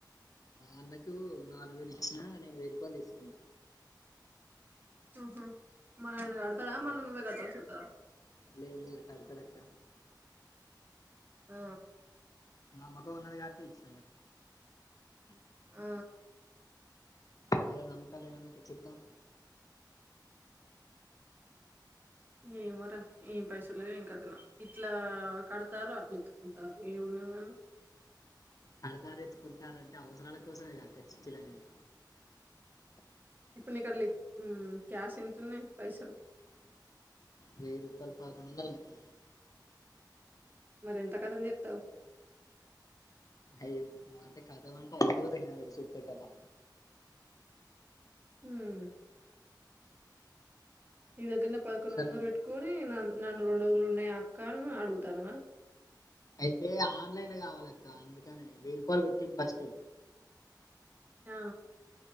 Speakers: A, on the left; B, on the right.
A: అన్నకు నాలుగు వేలు ఇచ్చిన నేను వెయ్యి రూపాయలు తీసుకున్నా
B: ఆహా మరి ఆయన కడతాడా మళ్లీ
A: ఉమ్,
B: నువ్వే కట్టాల్సి వస్తదా
A: లేదు లేదు కడతాడక్క
B: ఆ
A: నమ్మకం ఉన్నది కాబట్టే ఇచ్చ
B: ఆ
A: అదే నమ్మకం లేనోళ్లకు ఎట్లితం
B: ఏమోరా ఏం పైసలు ఏం కదనా ఇట్లా కడతారు అట్లా ఇత్తుకుంటారు ఏ అ
A: కడతార ఎత్తుకుంటారంటే అవసరాల కోసమే కదా చిట్టీలు అనేది
B: ఇప్పుడు నీకు అట్లా క్యాష్ ఎంతన్నాయి పైసలు
A: వెయ్యి రూపాలు పదకొండు వందలు ఉనాయి
B: మరి ఎంత కథం చేత్తవు
A: అయ్యో మా అంటే కథం అంటే అయిపోతు నాకు తెలిసి వచ్చా కదా
B: ఉం నీ దగ్గరనే పదకొండు
A: సరే
B: వందలు పెట్టుకొని నన్న నన్ను రెండు వందలు ఉన్నాయా అక్కాను అడుగుతానవా
A: అయితే ఆన్లైన్ కావాలక్క అందుకనే వెయ్యి రూపాయలు కొట్టిండు ఫస్ట్
B: ఆ